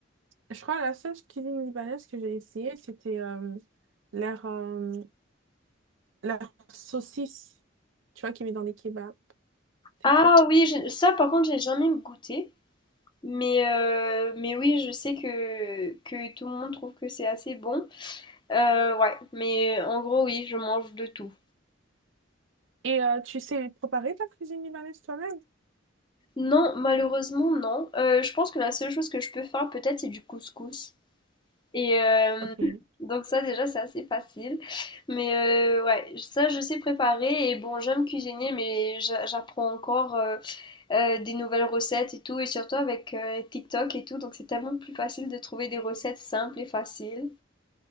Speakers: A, on the right; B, on the left.
A: je crois que la seule cuisine libanaise que j'ai essayée, c'était euh, leur, euh, leur saucisse, tu vois, qu'ils mettent dans des kebabs, c'est
B: Ah
A: tout.
B: oui, j'ai- ça par contre, j'ai jamais goûté. Mais, euh, mais oui, je sais que, que tout le monde trouve que c'est assez bon. Euh, ouais, mais en gros, oui, je mange de tout.
A: Et euh, tu sais préparer ta cuisine libanaise toi-même?
B: Non, malheureusement, non. Euh, je pense que la seule chose que je peux faire, peut-être, c'est du couscous. Et euh,
A: Ok.
B: <laughs> donc, ça, déjà, c'est assez facile. Mais euh, ouais, ça, je sais préparer. Et bon, j'aime cuisiner, mais j'a- j'apprends encore. euh, euh, des nouvelles recettes et tout, et surtout avec euh, TikTok et tout, donc c'est tellement plus facile de trouver des recettes simples et faciles.